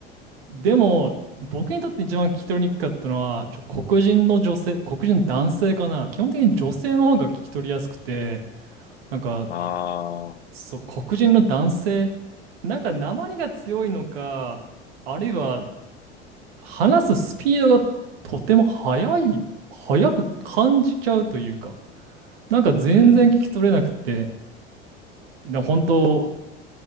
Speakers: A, on the right; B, on the left.
A: でも、僕にとって一番聞き取りにくかったのは、ちょ、黒人の女性、黒人の男性かな。基本的に女性の方が聞き取りやすくて、なんか、
B: ああ、
A: そう、黒人の男性、なんか訛りが強いのか、あるいは話すスピードがとても速い、速く感じちゃうというか、なんか全然聞き取れなくて、
B: うん。
A: な本当、